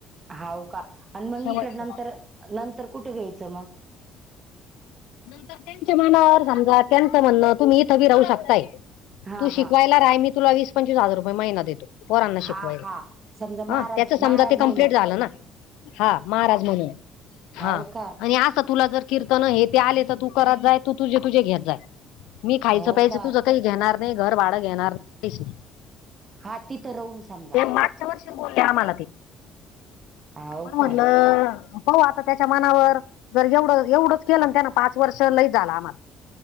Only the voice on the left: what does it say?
शेवटचं
नंतर त्यांच्या मनावर. समजा त्यांच म्हणय तुम्ही इथंबी राहू शकताय.
तू शिकवाय
ला रहाय. मी तुला वीस पंचवीस हजार रुपये महिना देतो. पोरांना शिकवायला.
ह. त्याच समजा
ते
कम्प्लीट झालं ना. हा महाराज म्हणून. हा.
आणि असं तुला जर कीर्तन हे ते आले तर, तू करत जाय. तू तुझ तुझे घेत जाय. मी खायचं
प्यायचं
तुझ काही घेणार नाही. घर भाड घेणार <inaudible> नाही.
ते मागच्या वर्षीच बोले आम्हाला ते.
पण म्हणलं
पाहू आता त्याच्या मनावर. जर एवढं एवढंच केलंन त्यान पाच वर्ष. लई झाला आम्हाला.